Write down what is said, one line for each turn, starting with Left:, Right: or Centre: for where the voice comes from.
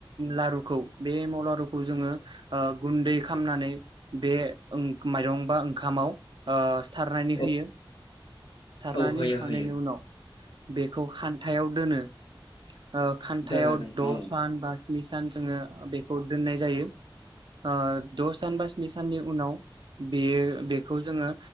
Right: लारु खौ बे एमाव लारु खौ जोङो ओ गुनदै खामनानै बे ओंक माइरं बा ओंखामाव आ सारनानै
Left: औ
Right: होयो । सारनानै
Left: औ होयो
Right: होखांनायनि
Left: होयो
Right: उनाव बेखौ खान्थायाव दोनो ओ खान्थायाव
Left: दोनो नोंथां
Right: द सान बा स्नि सान जोङो बेखौ दोननाय जायो ओ द सान बा स्नि साननि उनाव बेयो बेखौ जोङो